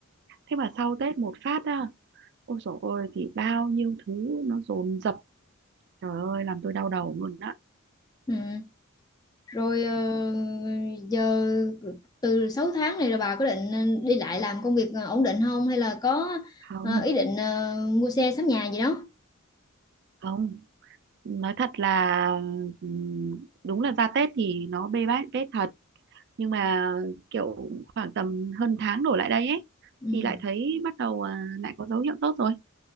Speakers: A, on the right (about 55°); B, on the left (about 20°).
A: thế mà sau Tết một phát á ôi dồi ôi thì bao nhiêu thứ nó dồn dập trời ơi làm tôi đau đầu luôn á
B: ừ. Rồi ờ, giờ từ 6 tháng này là bà có định ờ, đi lại làm công việc ờ, ổn định không? Hay là có
A: không
B: ờ, ý định ờ, mua xe sắm nhà gì đó?
A: không nói thật là ừm, đúng là ra Tết thì nó bê bết Tết thật nhưng mà kiểu khoảng tầm hơn tháng đổ lại đây ấy
B: Ừ,
A: thì lại thấy bắt đầu à, lại có dấu hiệu tốt rồi